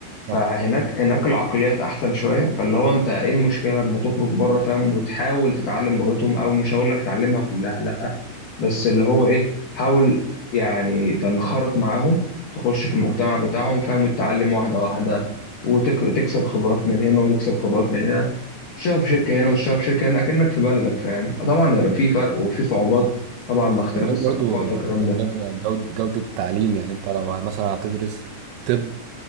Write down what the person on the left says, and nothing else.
فهناك
هناك العقليات احسن شوية فاللي هو انت ايه المشكلة لما تخرج بره فاهم وتحاول تتعلم لغتهم او مش هقول لك تعلمها كلها لا بس اللي هو ايه حاول يعني تنخرط معاهم تخش في المجتمع بتاعهم فاهم وتتعلم واحدة واحدة وتكسب خبرات من هنا وتكسب خبرات من هنا تشتغل في شركة هنا وتشتغل في شركة هنا أكنك في بلدك فاهم طبعا هيبقى في فرق وفي صعوبات طبعا مع اختلاف
الثقافات
والكلام
ده